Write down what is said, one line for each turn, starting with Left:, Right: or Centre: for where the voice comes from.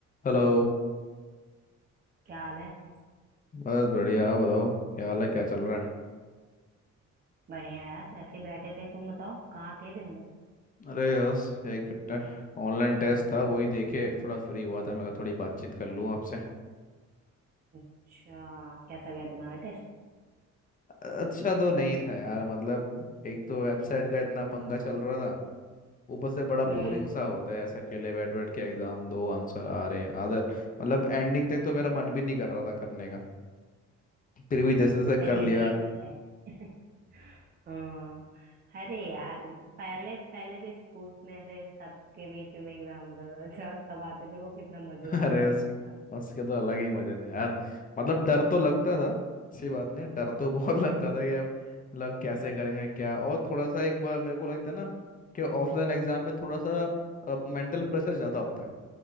Left: Hello
Right: क्या हाल है
Left: बस बढ़िया आप बताओ क्या हाल है क्या चल रहा है
Right: बढ़िया यार वैसे ही बैठे थे तुम बताओ कहाँ थे दिन भर
Left: अरे यस एक ऑनलाइन टेस्ट था वही देखे थोड़ा फ्री हुआ था मैं कहा थोड़ी बातचीत कर लूँ आपसे
Right: अच्छा कैसा गया तुम्हारा टेस्ट
Left: अच्छा तो नहीं था यार मतलब एक तो वेबसाइट का इतना पंगा चल रहा था ऊपर से बड़ा बोरिंग
Right: हम्म
Left: सा होता है ऐसे अकेले बैठ बैठ के एग्जाम दो आंसर आ रहे हैं आदत मतलब एंडिंग तक तो मेरा मन भी नहीं कर रहा था करने का फिर भी जैसे जैसे
Right: अरे
Left: कर लिया
Right: ये तो है <laughs> हाँ अरे यार पहले पहले जो स्कूल में ऐसे सबके बीच में एग्जाम होता था अच्छा सब आते थे वो कितना मजेदार
Left: <laughs> अरे
Right: रहता
Left: उस
Right: था
Left: उसके तो अलग ही मजे थे यार मतलब डर तो लगता था ऐसी बात नहीं डर तो <laughs> बहुत लगता था कि अब मतलब कैसे करेंगे क्या और थोड़ा सा एक बार मेरे को लगता है ना कि ऑफलाइन एग्जाम में थोड़ा सा मेंटल प्रेशर ज़्यादा होता है